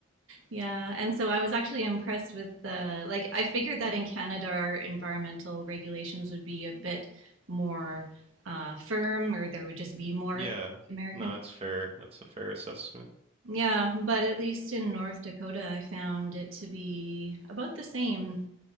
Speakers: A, on the right; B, on the right.
A: Yeah, and so I was actually impressed with the like I figured that in Canada our environmental regulations would be a bit more uh, firm or there would just be more
B: Yeah.
A: American.
B: No, that's fair. That's a fair assessment.
A: Yeah, but at least in North Dakota I found it to be about the same.